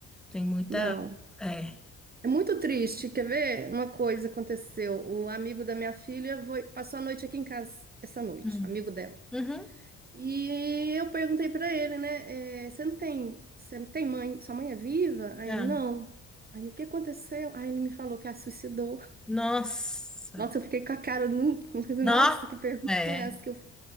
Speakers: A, in the centre; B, on the right.
A: tem muita.
B: Não.
A: É.
B: É muito triste. Quer ver? Uma coisa aconteceu. O amigo da minha filha foi- passou a noite aqui em casa, essa noite,
A: Hum.
B: o amigo dela.
A: Uhum.
B: E eu perguntei pra ele, né? eh, você não tem, você não tem mãe? Sua mãe é viva? Aí
A: Ah,
B: ele, não. Aí o que aconteceu? Aí ele me falou que a suicidou.
A: Nossa.
B: Nossa, eu fiquei com a cara, no- <laughs>
A: Nó.
B: nossa, que pergunta
A: É.
B: é essa que eu fiz?